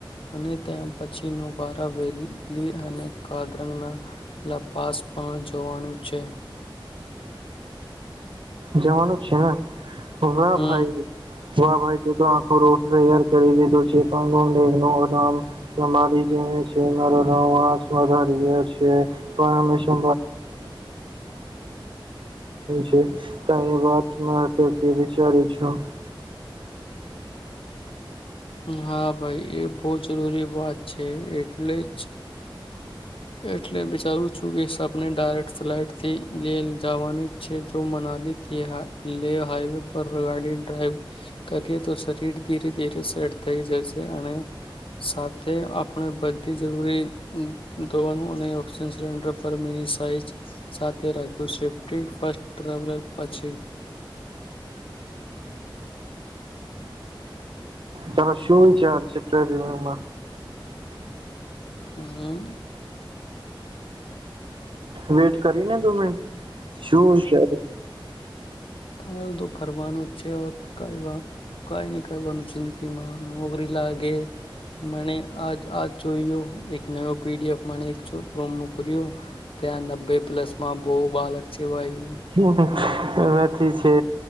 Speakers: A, on the left; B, on the right.
A: અને તં પછી નોબારા વેલી અને કાદરંગ ના લપાસ પણ જોવાનું છે
B: જવાનું જ છે ને હ
A: હમ
B: ભાઈ વા ભાઈ તે તો આખો રોડ તૈયાર કરી દીધું છેમ <unintelligible> સંભળ છે <unintelligible> ત એ વાત મા તો કે વિચારું છું
A: હા ભાઈ એ બહુ જરૂરી વાત છે એટલે જ એટલે વિચારું છું કે આપપને ડાયરેક્ટ ફ્લાઇટ થી લે જવાની છે જો મનાલીથી લે હાઈવે પર ગાડી ડ્રાઈવ કરીએ તો શરીર ધીરે ધીરે સેટ થઈ જશે અને સાથે આપણે બધી જરૂરી ધોવાનું અને ઓક્સિજન સિલિન્ડર પર મિની સાઇઝ સાથે રાખ્યું સેફ્ટી ફસ્ટ ટ્રાવલર પછી
B: તાર શું વિચાર છે પ્રેરીરામમાં
A: હમ
B: વેટ કરીને દો મિનટ શું ચાલે?
A: હાલ તો ફરવાનું છે અવે કઈ વાત કઈ ની કરવાનું જિંદગીમાં નોકરી લાગે મને આજ આજ જોયું એક ન પીડીએફ મને એક છોકરો મોક્યો ત્યાં નબ્બે પ્લસમાં બો બાળક છે ભાઈ!
B: શું હતું? એથી છે